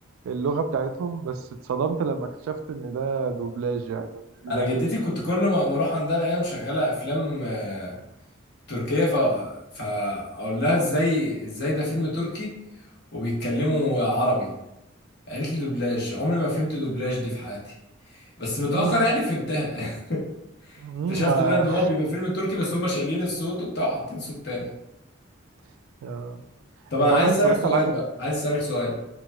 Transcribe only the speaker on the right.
اللغة بتاعتهم بس اتصدمت لما اكتشفت ان ده دوبلاج يعني وان دي
دبلجة
امم
امم
ما
<laughs> آه.
انت
عمرك
اتفرجت
على حاجة